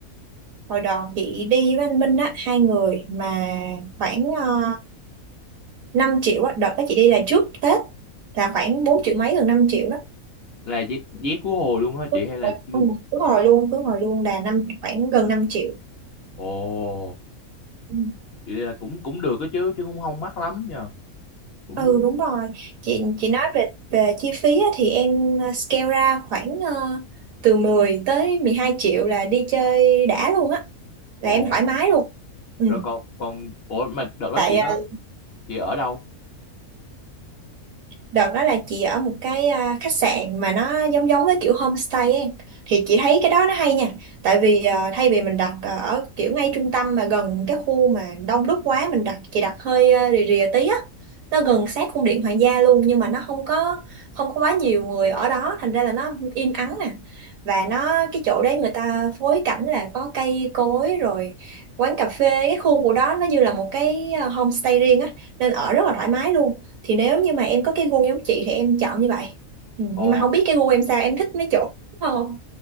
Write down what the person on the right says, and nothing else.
Hồi đó chị đi với anh Minh á, hai người mà khoảng ờ, 5 triệu á, đợt đó chị đi là trước Tết là khoảng 4 triệu mấy gần 5 triệu đó.
Đúng
rồi,
ừ, đúng rồi luôn, cứ hồi luôn là năm khoảng gần năm triệu.
Ừ.
Ừ đúng rồi. Chị chị nói về về chi phí á, thì em ờ, scale ra khoảng ờ, từ 10 tới 12 triệu là đi chơi đã luôn á, là
em thoải mái luôn. Ừ.
Tại
ờ,
Đợt đó là chị ở một cái à, khách sạn mà nó giống giống với kiểu homestay ấy. Thì chị thấy cái đó nó hay nha. Tại vì à, thay vì mình đặt à, ở kiểu ngay trung tâm mà gần cái khu mà đông đúc quá mình đặt chị đặt hơi à, rìa rìa tí á. Nó gần sát cung điện hoàng gia luôn nhưng mà nó không có không có quá nhiều người ở đó thành ra là nó im ắng nè. Và nó cái chỗ đấy người ta phối cảnh là có cây cối rồi quán cà phê cái khu của đó nó như là một cái à, homestay riêng á nên ở rất là thoải mái luôn thì nếu như mà em có cái gu giống chị thì em chọn như vậy ừ, nhưng
mà không biết cái gu em sao em thích mấy chỗ đúng không